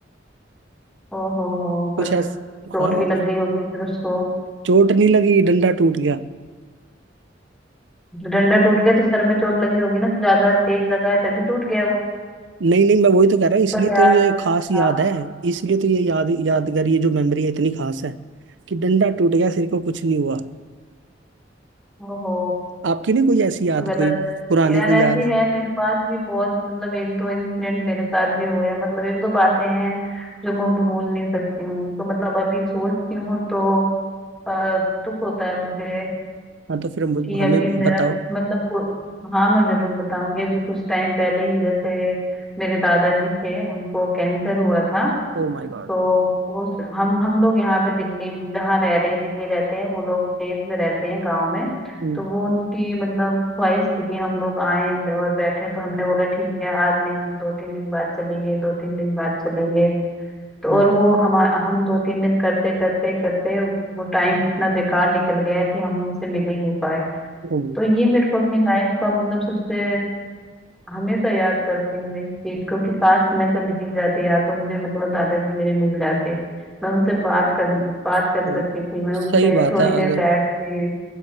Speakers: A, in the centre; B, on the right.
A: ओहो हो
B: कुछ
A: पर
B: ऐसा
A: चोट
B: हाँ
A: भी लग गई होगी फिर उसको
B: चोट नहीं लगी डंडा टूट गया
A: डंडा टूट गया तो सर में चोट लगी होगी ना तो ज्यादा तेज लगा है तभी टूट गया वो
B: नहीं नहीं मैं वही तो कह रहा हूँ इसलिए
A: पर यार
B: तो ये खास याद
A: हाँ
B: है इसलिए तो ये याद यादगार ये जो मेमोरी है इतनी खास है कि डंडा टूट गया सिर को कुछ नहीं हुआ
A: ओहो
B: आपकी नहीं कोई ऐसी
A: ये
B: याद
A: तो गलत
B: कोई
A: है
B: पुरानी
A: यार
B: कोई
A: ऐसी
B: याद
A: है मेरे पास भी बहुत मतलब एक दो इंसिडेंट मेरे साथ भी हुए हैं मतलब एक दो बातें हैं जो मैं भूल नहीं सकती हूँ तो मतलब अभी सोचती हूँ तो अ, दुख होता है मुझे
B: हाँ तो फिर हम-
A: कि
B: हमें
A: अभी मेरा
B: बताओ
A: मतलब पु- हाँ मैं जरूर बताऊंगी अभी कुछ टाइम पहले ही जैसे मेरे दादाजी थे उनको कैंसर हुआ था
B: Oh my god
A: तो वो स- हम हम लोग यहाँ पे दिल्ली जहाँ रह रहे हैं दिल्ली रहते हैं वो लोग विदेश में रहते हैं गांव में
B: Hmm,
A: तो वो उनकी मतलब ख्वाहिश थी कि हम लोग आए और बैठे तो हमने बोला ठीक है आज नहीं दो तीन दिन बाद चलेंगे दो तीन दिन बाद चलेंगे तो
B: Hmm,
A: और वो हम हम दो तीन दिन करते करते करते वो टाइम इतना बेकार निकल गया कि हम उनसे मिल ही नहीं पाए
B: Hmm,
A: तो ये मेरे को अपनी लाइफ का मतलब सबसे हमेशा याद करती हूँ मैं इस चीज को कि काश मैं चली जाती यार तो मुझे मतलब दादाजी मेरे मिल जाते मैं उनसे बात कर बात
B: सही
A: कर सकती
B: बात
A: थी मैं
B: है सही
A: उनसे
B: बात
A: थोड़ी
B: है।
A: देर
B: अगर
A: बैठते